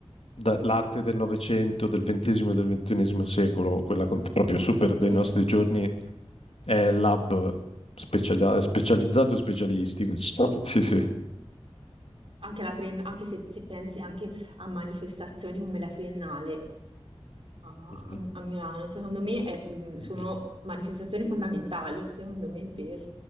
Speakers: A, on the left; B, on the right.
A: da- l'arte del Novecento, del XX e del XXI secolo, quella con- proprio super dei
B: sì,
A: nostri giorni, è lab speciali- specializzato e specialistico. <laughs> insomma. Sì, sì.
B: anche, la Triennale- anche se, se pensi anche a manifestazioni come la Triennale, a,
A: Mhm.
B: a- a Milano, secondo me è- mh, sono
A: Mhm.
B: manifestazioni fondamentali, secondo me, per